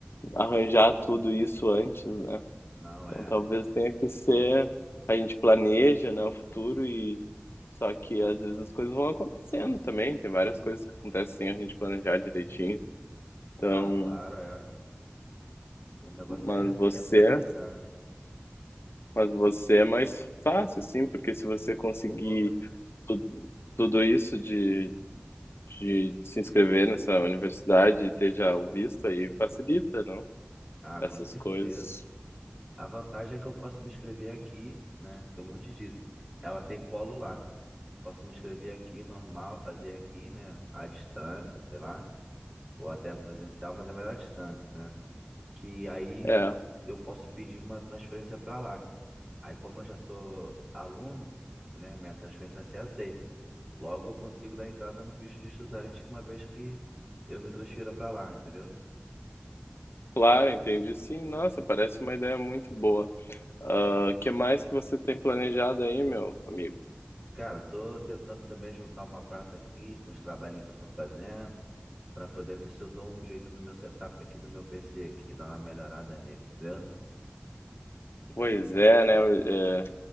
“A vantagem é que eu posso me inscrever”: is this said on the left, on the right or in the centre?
Right